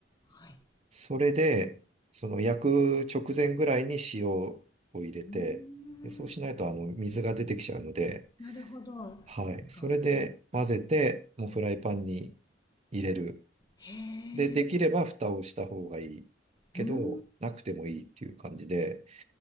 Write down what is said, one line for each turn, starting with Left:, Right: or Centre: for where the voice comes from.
Left: はい。
Right: それで、その焼く直前ぐらいに塩を入れて、
Left: うーん、
Right: で、そうしないとあの水が出てきちゃうので、
Left: なるほど、そっか。
Right: はい。それで混ぜて、もうフライパンに入れる。
Left: へえ、
Right: で、できれば蓋をした方がいいけど、
Left: うーん。
Right: なくてもいいっていう感じで、